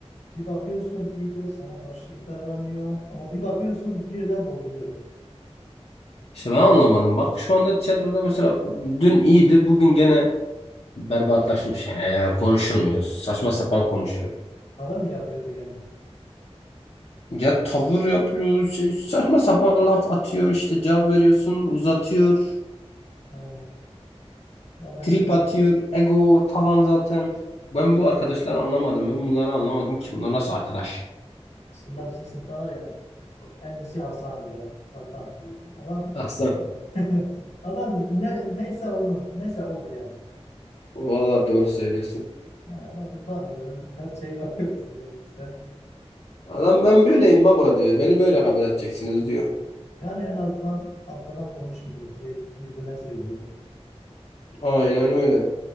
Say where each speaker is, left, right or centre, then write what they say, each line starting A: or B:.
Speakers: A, on the left; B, on the left.
A: bir bakıyorsun iyidir sana karşı iyi davranıyor ama bir bakıyorsun birden bozuluyor.
B: İşte ben anlamadım. Bak şu anda tiyatroda mesela dün iyiydi bugün gene berbatlaşmış yani, Yani konuşulmuyor. Saçma
A: Hı.
B: sapan konuşuyor.
A: Tavır mı yapıyordu gene?
B: Ya tavır yapıyor şey, saçma sapan laf atıyor işte cevap veriyorsun uzatıyor.
A: Ha. Ya bence
B: Trip atıyor. Ego tavan zaten. Ben bu arkadaşları anlamadım. Ben bunları anlamadım ki. Bunlar nasıl arkadaş?
A: aslında bizim sınıfta var ya en iyisi Hasan'dır. ha. Hasan. Adam
B: Aslan.
A: <laughs> adam ne, neyse onu neyse odur yani.
B: Vallahi doğru söylüyorsun.
A: Yani adam utanmıyor. Her şeyi yapıyor bizim elimizde.
B: Adam ben böyleyim baba diyor. Beni böyle kabul edeceksiniz diyor.
A: Yani en azından arkadan konuşmuyor. Direkt yüzüne söylüyor.
B: Aynen öyle.